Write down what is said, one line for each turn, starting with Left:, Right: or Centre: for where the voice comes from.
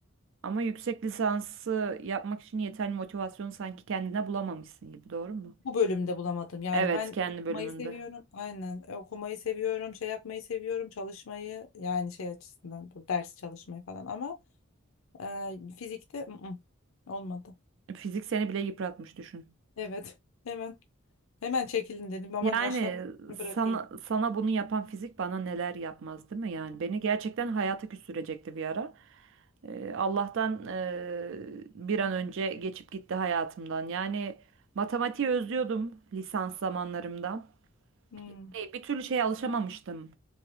Right: Ama yüksek lisansı yapmak için yeterli motivasyonu sanki kendine bulamamışsın gibi, doğru mu?
Left: bu bölümde bulamadım. Yani
Right: Evet,
Left: ben
Right: kendi
Left: okumayı
Right: bölümünde.
Left: seviyorum. Aynen. E, Okumayı seviyorum, şey yapmayı seviyorum, çalışmayı yani şey açısından bu ders çalışmayı falan ama e, fizikte ı-ı, olmadı.
Right: Fizik seni bile yıpratmış düşün.
Left: Evet. Hemen hemen çekilin dedim. Aman
Right: Yani
Left: yaşlanmak bırakayım.
Right: sana, sana bunu yapan fizik bana neler yapmaz değil mi? Yani beni gerçekten hayata küstürecekti bir ara. Ee, Allah'tan eee, bir an önce geçip gitti hayatımdan. Yani matematiği özlüyordum lisans zamanlarımda.
Left: Hmm.
Right: Ne, bir türlü şeye alışamamıştım.